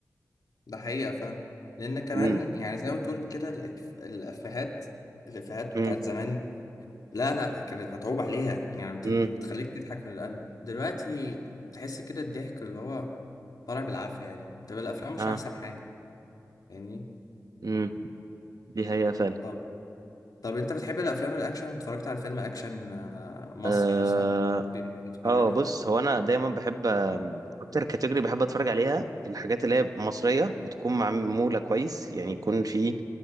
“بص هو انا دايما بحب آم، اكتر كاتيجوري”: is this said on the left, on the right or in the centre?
Right